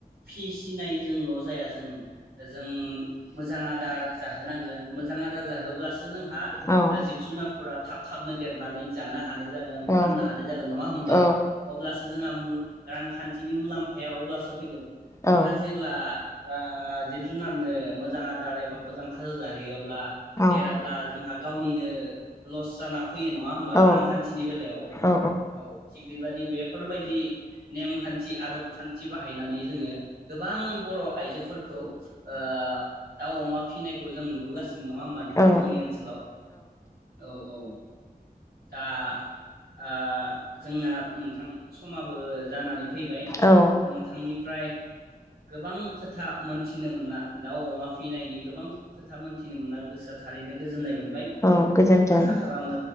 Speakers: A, on the right; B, on the left.
A: फिसिनायजोंल जाया जों। मोजां आदार जाहोनांगोन, मोजां आदार जाहोब्लासो जोंहा
B: औ
A: जिब जुनारफोरा थाब थाबनो देरनानै जानो हानाय जागोन।
B: औ
A: फाननो हानाय जागोन। नंङा होमबा?
B: औ
A: अब्लासो जोंहा रांखान्थिनि मुलाम्फाया अब्लासो फैगोन। जोंहा
B: औ
A: जेब्ला ओ जिब जुनारनो मोन मोजां आदार एबा मोजां खाजा जाहैयाव
B: औ
A: देराब्ला जोंहा गावनिनो लस जाना फैयो नङा होमब्ला
B: औ
A: रांखान्थिनि बेलायाव
B: औ
A: औ थिग बेबायदि बेफोरबायदि नेमखान्थि आदब खान्थि बाहायनानै जोङो, गोबां बर' आइजोफोरखौ ओ दाउ अमा फिसिनायखौ जों नुबोगासिनो नङा होमबा नोंथां?
B: औ
A: जोंनि ओनसोलाव औ औ दा। ओ जोंना नोंथां समाबो जानानै फैबाय
B: औ
A: नोंथांनिफ्राय गोबां खोथा मोनथिनो मोना दाउ अमा फिनायनि गोबां खोथा मोन्थिनो मोना गोसोआ थारैनो गोजोननाय मोनदों। बाय
B: औ गोजोन्थों
A: आसा खालामो